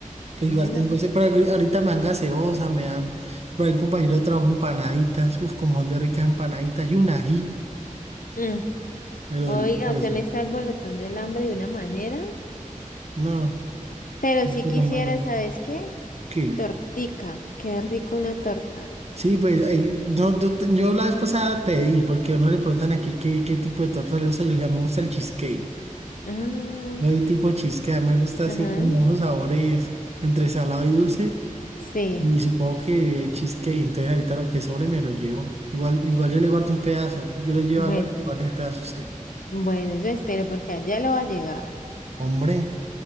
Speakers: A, on the right (about 50°); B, on the left (about 80°).
A: Pues
B: No.
A: igual tengo, sí, pero ahorita me dan gaseosa, me dan, por ahí un compañero de trabajo empanaditas, uf, como son de ricas empanaditas y un ají,
B: Mm.
A: pero
B: Oiga,
A: delicioso.
B: usted me está alborotando el hambre de una manera.
A: No,
B: Pero
A: no
B: si quisiera,
A: me imagino.
B: ¿sabes qué?
A: ¿Qué?
B: Tortica. Qué rico una torta.
A: Sí, pues ahí, yo, yo, te- yo la vez pasada pedí, porque a uno le preguntan aquí qué, qué tipo de torta le gusta, yo le dije, "A mí me gusta el cheesecake,
B: Ah,
A: me doy tipo cheesecake, me gusta
B: ajá.
A: así como los sabores entre salado y dulce,
B: Sí.
A: y supongo que el cheesecake, entonces ahorita lo que sobre me lo llevo, igual, igual yo le guardo un pedazo, yo le llevo
B: Bueno,
A: a Lore y le guardo un pedazo a usted,
B: bueno, eso espero porque allá lo va a llegar.
A: hombre,